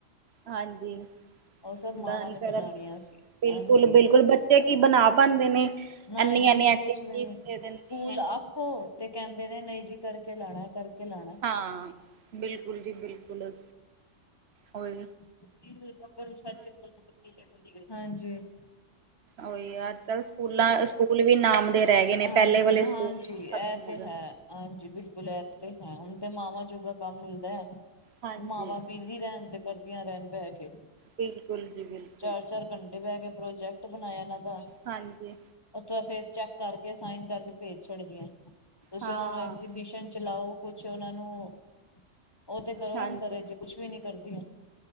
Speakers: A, on the right; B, on the left.
A: ਹਾਂਜੀ
B: ਉਹ ਸਭ
A: ਦਾਨ
B: ਮਾਵਾਂ ਨੇ
A: ਕਰਨ
B: ਬਣਾਉਣੀਆਂ ਸੀ
A: ਬਿਲਕੁਲ-ਬਿਲਕੁਲ
B: ਹਾਂਜੀ
A: ਬੱਚੇ ਕੀ ਬਣਾ ਪਾਉਦੇ ਨੇ?
B: ਨਾ
A: ਇੰਨੀ-ਇੰਨੀ
B: ਜੀ
A: ਐਕਟੀਵਿਟੀਜ਼
B: ਕੁਛ ਵੀ ਨਹੀਂ,
A: ਦੇ ਦਿੰਦੇ
B: ਸਕੂਲ
A: ਐ।
B: ਆਖੋ ਤੇ ਕਹਿੰਦੇ ਨੇ ਨਹੀਂ ਜੀ ਕਰਕੇ ਲਾਉਣਾ, ਕਰਕੇ ਲਾਉਣਾ।
A: ਹਾਂ, ਬਿਲਕੁਲ ਜੀ ਬਿਲਕੁਲ। ਹੋਰ?
B: <inaudible> <inaudible>
A: ਉਹੀ ਆ ਅੱਜ-ਕੱਲ੍ਹ ਸਕੂਲਾ-ਸਕੂਲ ਵੀ ਨਾਮ ਦੇ ਰਹਿ ਗਏ ਨੇ
B: ਹਾਂਜੀ-ਹਾਂਜੀ
A: ਪਹਿਲੇ ਵਾਲੇ ਸਕੂਲ
B: ਇਹ
A: ਖਤਮ
B: ਤੇ
A: ਹੋ ਗਏ।
B: ਹੈ। ਹਾਂਜੀ ਬਿਲਕੁਲ ਇਹ ਤੇ ਹੈ, ਹੁਣ ਤੇ ਮਾਵਾਂ ਜੋਗਾ ਕੰਮ ਮਿਲਦਾ ਹੈ
A: ਹਾਂਜੀ
B: ਮਾਵਾਂ ਵੀ ਬੀਜੀ ਰਹਿਣ ਤੇ ਕਰਦੀਆਂ ਰਹਿਣ ਬਹਿ ਕੇ,
A: ਬਿਲਕੁਲ ਜੀ ਬਿਲਕੁਲ।
B: ਚਾਰ-ਚਾਰ ਘੰਟੇ ਬਹਿ ਕੇ ਪ੍ਰੋਜੈਕਟ ਬਣਾਇਆ ਇਹਨਾਂ ਦਾ
A: ਹਾਂਜੀ।
B: ਉੱਥੋਂ ਫਿਰ ਚੈੱਕ ਕਰਕੇ, ਸਾਈਨ ਕਰਕੇ ਭੇਜ ਛੱਡ ਦੀਆ ਤੁਸੀਂ
A: ਹਾਂ
B: ਉਹਨਾਂ ਨੂੰ ਐਗਜੀਬਿਸ਼ਨ ਚ ਲਾੳ ਕੁਛ ਉਹਨਾਂ ਨੂੰ, ਉਹ ਤੇ ਕਰੋ
A: ਹਾਂਜੀ
B: ਐਨਕਰੇਜ। ਕੁਛ ਵੀ ਨੀ ਕਰਦੀਆਂ,